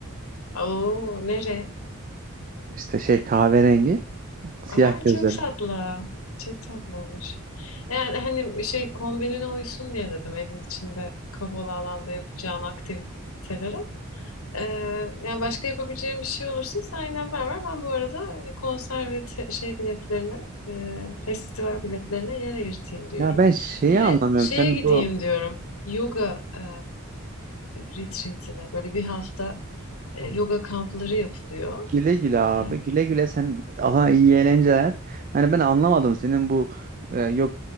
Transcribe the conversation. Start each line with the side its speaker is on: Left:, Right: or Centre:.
Left: Oo, nere?
Right: işte şey kahverengi siyah
Left: Aa,
Right: gözlerin
Left: çok tatlı. Çok tatlıymış. Yani hani şey kombinine uysun diye dedim evin içinde kapalı alanda yapacağın aktivitelere. Ee, yani başka yapabileceğim bir şey olursa sen yine haber ver. Ben bu arada hani konser ve ti- şey biletlerine, e, festival biletlerine yer ayırtayım diyorum.
Right: ya ben şeyi
Left: Bir de
Right: anlamıyorum
Left: şeye
Right: sen
Left: gideyim
Right: bu
Left: diyorum. Yoga e, retreatine böyle bir hafta e, yoga kampları yapılıyor.
Right: Güle güle abi.
Left: E,
Right: Güle güle sen Allah iyi eğlenceler. Hani ben anlamadım senin bu e, yok